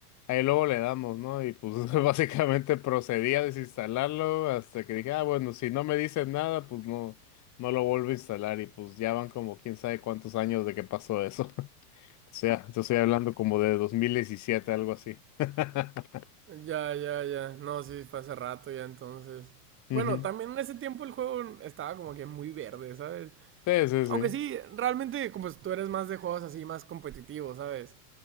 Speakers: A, on the left; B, on the right.
A: ahí luego le damos, ¿no? Y pues <laughs> básicamente procedí a desinstalarlo hasta que dije, ah, bueno, si no me dicen nada, pues no, no lo vuelvo a instalar y pues ya van como quién sabe cuántos años de que pasó eso. O sea, te estoy hablando como de 2017 algo así. <laughs>
B: Ya, ya, ya. No, sí, fue hace rato ya entonces.
A: Ujú.
B: Bueno, también en ese tiempo el juego estaba como que muy verde, ¿sabes?
A: Sí, sí, sí.
B: Aunque sí, realmente como tú eres más de juegos así, más competitivos, ¿sabes?